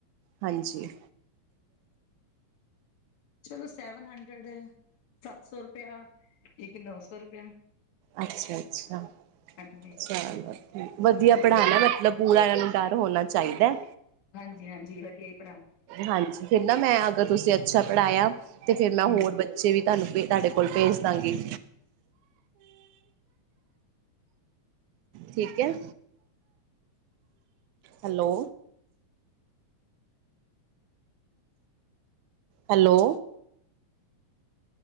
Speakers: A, on the right; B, on the left.
A: ਹਾਂਜੀ।
B: ਚਲੋ ਸੈਵਨ ਹੰਡਰਡ, ਸੱਤ ਸੌ ਰੁਪਇਆ ਇੱਕ ਨੌ ਸੌ ਰੁਪਇਆ।
A: ਅੱਛਾ-ਅੱਛਾ,
B: ਹਾਂਜੀ।
A: ਚਲੋ ਵਦੀਆ ਪੜ੍ਹਾਨਾ ਮਤਲਬ ਪੂਰਾ ਏਨਾਂ ਨੂੰ ਡਰ ਹੋਨਾ ਚਾਈਦੈ।
B: ਹਾਂਜੀ-ਹਾਂਜੀ ਵਦੀਆ ਈ
A: ਹਾਂਜੀ ਫੇਰ ਨਾ ਮੈਂ ਅਗਰ ਤੁਸੀਂ ਅੱਛਾ ਪੜ੍ਹਾਇਆ ਤੇ ਫਿਰ ਮੈਂ
B: ਹੂੰ।
A: ਹੋਰ ਬ ਬੱਚੇ ਵੀ ਤੁਆਨੂ ਤੁਆਡੇ ਕੋਲ ਭੇਜ ਦਾਂਗੀ। ਠੀਕ ਐ? Hello. Hello.